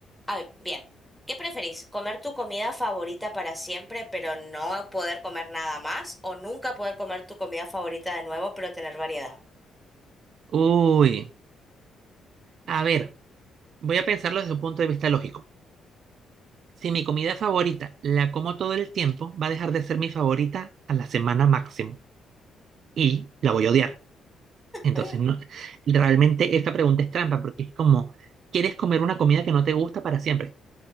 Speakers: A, in the centre; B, on the right.
A: a ver, bien. ¿Qué preferís? ¿Comer tu comida favorita para siempre, pero no poder comer nada más? ¿O nunca poder comer tu comida favorita de nuevo, pero tener variedad?
B: Uy, a ver, voy a pensarlo desde un punto de vista lógico. Si mi comida favorita la como todo el tiempo, va a dejar de ser mi favorita a la semana máximo y la voy a odiar. Entonces,
A: Eh,
B: no, realmente esta pregunta es trampa porque es como, ¿quieres comer una comida que no te gusta para siempre?